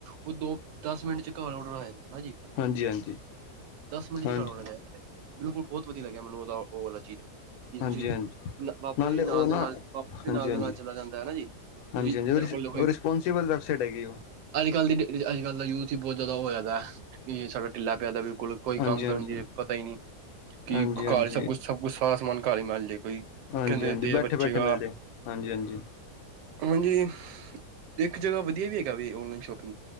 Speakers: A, on the right (about 85°); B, on the left (about 70°).
A: ਉਹ ਦੋ ਦਸ ਮਿੰਟ ਚ ਘਰ ਔਡਰ ਆ ਜਾਦਾ। ਹਾਣ ਜੀ
B: ਹਾਂਜੀ ਹਾਂਜੀ
A: ਦਸ ਮਿੰਟ ਚ
B: ਹਾਂਜੀ
A: ਘਰ ਔਡਰ ਬਿਲਕੁਲ ਬਹੁ ਵਧੀਆ ਲੱਗਿਆ ਮਨੂੰ ਉਹਦਾ ਉਹ ਵਾਲਾ ਚੀਜ਼ ਜ
B: ਹਾਂਜੀ
A: ਤੁਸੀਂ
B: ਹਾਂਜੀ
A: ਵਾਪਸ
B: ਨਾਲੇ
A: ਵੀ
B: ਉਹ
A: ਨਾਲ
B: ਨਾ
A: ਦੇ ਨਾਲ ਵਾਪਸ ਵੀ
B: ਹਾਂਜੀ
A: ਨਾਲ
B: ਹਾਂਜੀ
A: ਦੇ ਨਾਲ ਚਲਾ ਜਾਂਦਾ ਹਨਾ ਜੀ ਤੁਸੀਂ
B: ਹਾਂਜੀ ਹਾਂਜੀ
A: ਤੇਡ ਕੋਲ
B: ਉਹ ਰਿਸਪੋਂਸੀਬਲ ਵੈਬਸਾਈਟ ਹੈਗੀ ਉਹ
A: ਅੱਜ ਕੱਲ ਦੀ ਡੇਟ ਅੱਜ ਕੱਲ ਦਾ ਯੂਥ ਹੀ ਬਹੁਤ ਜ਼ਿਆਦਾ ਉਹ ਹੋਇਆ ਪਿਆ। ਕਿ ਸਾਡਾ ਟਿੱਲਾ ਪਿਆ ਦਾ ਵੀ ਕੋਲ ਕੋਈ
B: ਹਾਂਜੀ
A: ਕੰਮ ਕਰਨ
B: ਹਾਂਜੀ
A: ਦੀ ਪਤਾ ਹੀ ਨਹੀ ਕਿ
B: ਹਾਂਜੀ ਹਾਂਜੀ
A: ਕਾਲ ਸਭ ਕੁਛ ਸਭ ਕੁਛ ਸਾਰਾ ਸਮਾਨ ਘਰ ਮਿਲ ਜਾਦਾ। ਕੋਈ
B: ਹਾਂਜੀ
A: ਕਹਿੰਦੇ
B: ਹਾਂਜੀ
A: ਤੇਲ
B: ਬੈਠੇ
A: ਬਚੇਗਾ
B: ਬੈਠੇ ਮਿਲਦੇ ਹਾਂਜੀ ਹਾਂਜੀ
A: ਹਾਂਜੀ ਇੱਕ ਜਗ੍ਹਾ ਵਧੀਆ ਵੀ ਹੈਗਾ ਵੀ ਔਨਲਾਈਨ ਸ਼ੋਪਿੰਗ